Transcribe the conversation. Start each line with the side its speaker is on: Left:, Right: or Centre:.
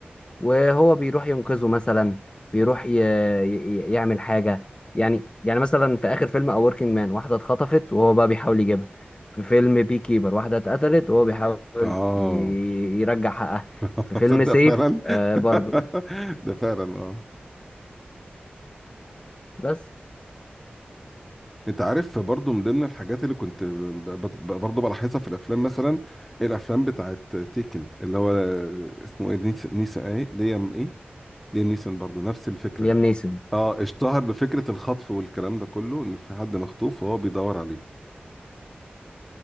Left: وهو بيروح ينقذه مثلا بيروح ي... ي... يعمل حاجة يعني يعني مثلا في آخر فيلم A Working Man واحدة اتخطفت وهو بقى بيحاول يجيبها في فيلم بي كيبر واحدة اتقتلت وهو بيحاول
Centre: اه
Left: ي... يرجع حقها
Centre: <laughs>
Left: في فيلم
Centre: تصدق
Left: سيف
Centre: فعلا
Left: آه برضو
Centre: <laughs> ده فعلا اه
Left: بس
Centre: انت عارف برضو من ضمن الحاجات اللي كنت ب- ب- برضو بلاحظها في الافلام مثلا الافلام بتاعت تيكن اللي هو اسمه ايه نيس- نيسان ايه ليام ايه ليام نيسان برضو نفس الفكره
Left: ليام نيسون
Centre: اه اشتهر بفكره الخطف والكلام ده كله ان في حد مخطوف وهو بيدور عليه